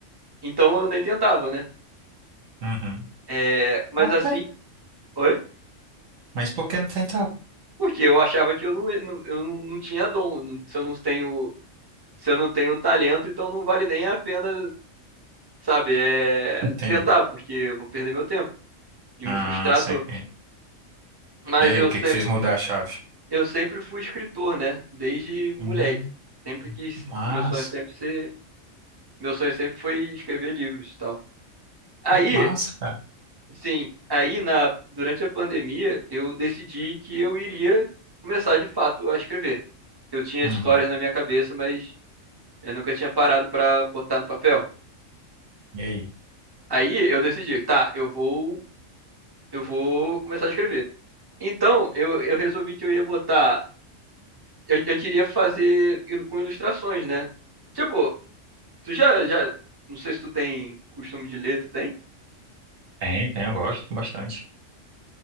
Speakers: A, on the right (about 20°); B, on the right (about 75°).
A: Então eu nem tentava, né?
B: Uhum.
A: É, mas
B: Ok.
A: assim, oi?
B: Mas por que não tentava?
A: Porque eu achava que eu não, não- eu não, não tinha dom. não- Se eu não tenho, se eu não tenho talento, então não vale nem a pena, sabe, é,
B: Entendi.
A: tentar, porque eu vou perder meu tempo e
B: Ah,
A: me frustrar
B: sei
A: à toa.
B: que.
A: Mas
B: E aí,
A: eu
B: o que
A: sempre,
B: que fez mudar a chave?
A: eu sempre fui escritor, né? Desde moleque.
B: Hum,
A: Sempre quis,
B: massa.
A: meu sonho sempre ser, meu sonho sempre foi escrever livros e tal. Aí,
B: Que massa, cara.
A: Sim, aí na, durante a pandemia eu decidi que eu iria começar de fato a escrever. Eu tinha
B: Uhum.
A: as histórias na minha cabeça, mas eu nunca tinha parado para botar no papel.
B: E aí?
A: Aí eu decidi, tá, eu vou, eu vou começar a escrever. Então eu, eu resolvi que eu ia botar, eu, eu queria fazer ilu- com ilustrações, né? Tipo, tu já, já, não sei se tu tem costume de ler, tu tem?
B: Tem, tem, eu gosto bastante.